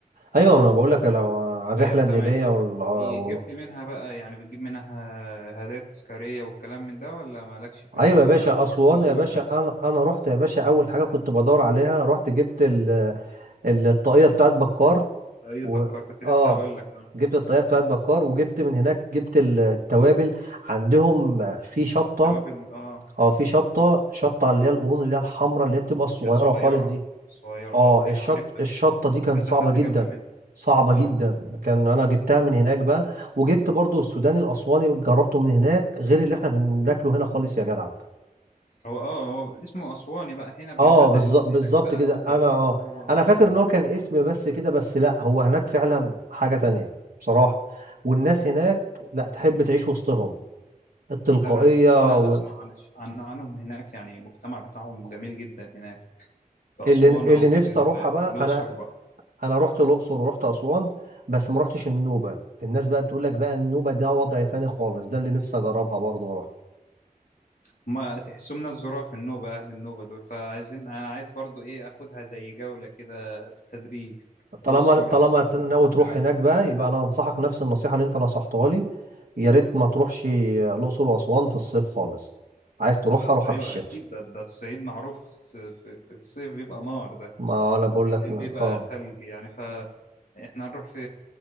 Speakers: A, on the right; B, on the left.
A: أيوة أنا بقول لك لو على الرحلة
B: أيوه تمام
A: النيلية وال...
B: إيه،
A: وال...
B: جبت منها بقى يعني بتجيب منها هدايا تذكارية والكلام من ده ولا مالكش في الموضوع
A: أيوة يا باشا
B: ده بتروح
A: أسوان
B: تزور
A: يا باشا
B: بس
A: أنا أنا رحت يا باشا أول حاجة كنت بدور عليها رحت جبت ال... الطاقية بتاعت بكار
B: اي
A: و...
B: دكار كنت لسه
A: اه
B: هقول لك
A: جبت الطريقه بتاعت بكار وجبت من هناك جبت ال- التوابل عندهم في شطه
B: التوابل اه
A: اه في شطه شطه اللي هي القرون اللي هي الحمراء اللي هي بتبقى الصغيره
B: هي الصغيرة
A: خالص دي
B: صغيرة
A: اه
B: اه دي
A: الشط
B: اعرفها
A: الشطه
B: جدا
A: دي كانت
B: كذا
A: صعبه
B: حد
A: جدا
B: جاب لي منها
A: صعبه
B: اه
A: جدا كان انا جبتها من هناك بقى وجبت برضو السوداني الاسواني جربته من هناك غير اللي احنا بناكله هنا خالص يا جدع
B: هو اه هو اسمه اسواني بقى هنا بيبقى
A: اه
B: تقليد
A: بالظبط بالظبط
B: هناك بقى
A: كده
B: هو
A: انا
B: ال...
A: اه
B: هو
A: انا
B: اسواني
A: فاكر ان
B: فعلا
A: هو كان اسم بس كده بس لا هو هناك فعلا حاجة تانية بصراحة والناس هناك لا تحب تعيش وسطهم التلقائية
B: لا انا انا
A: و...
B: اسمع عن عن عنهم هناك يعني المجتمع بتاعهم جميل جدا هناك في
A: اللي
B: اسوان
A: اللي
B: او
A: نفسي
B: في ال...
A: اروحها بقى
B: في الاقصر
A: انا
B: بقى
A: انا رحت الاقصر ورحت اسوان بس ما رحتش النوبة الناس بقى بتقول لك بقى النوبة ده وضع تاني خالص ده اللي نفسي اجربها برضه واروح
B: ما تحسوا من الظراف النوبة أهل النوبة دول فعايزين أنا عايز برضو إيه أخدها زي جولة كده بالتدريج
A: طالما
B: أقصر
A: طالما
B: أسوان
A: ت- ناوي
B: وبعد
A: تروح
B: كده-
A: هناك بقى يبقى انا انصحك نفس النصيحه اللي انت نصحتها لي يا ريت ما تروحش الاقصر واسوان في الصيف خالص عايز تروحها روحها
B: أيوة
A: في الشتاء
B: أكيد ده, ده الصعيد معروف س- في, في الصيف بيبقى نار ده
A: ما انا بقول
B: وبالليل
A: لك ن-
B: بيبقى
A: اه
B: تلج يعني فإحنا هنروح في